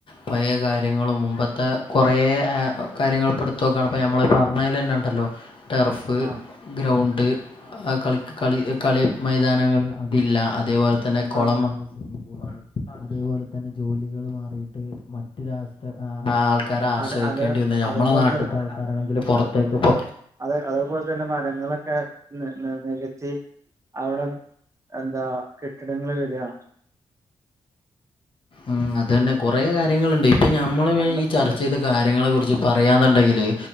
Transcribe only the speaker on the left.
പഴേ കാര്യങ്ങളും മുമ്പത്തെ കൊറേ കാര്യങ്ങള് ഇപ്പട്ത്തോക്കാണ്പ്പോ ഞമ്മള് പർഞ്ഞേലെന്നെ ഇണ്ടല്ലോ ടെറഫ്
ഗ്രൗണ്ട് ആഹ് കളി കളി കളി മൈതാനങ്ങള് അതില്ല അതേപോലെ തന്നെ കൊളം
സ്വിമ്മിംഗ് പൂള് അതേപോലെ തന്നെ ജോലികള് മാറീട്ട് മറ്റ് രാഷ്ട്ര ആൾ ക്കാരെ ആശ്രയിക്കേണ്ടി
വെര്ന്നെ
നമ്മളെ നാട്ട്ത്തെ ആൾക്കാരാണെങ്കില് പൊർത്തേക്ക് പ്പോ
ഉം അതെന്നെ കൊറേ കാര്യങ്ങള്ണ്ട് ഇപ്പൊ ഞമ്മള്
ചർച്ചെയ്ത കാര്യങ്ങളെ കുറിച്ച് പറയാന്ന്ണ്ടെങ്കില്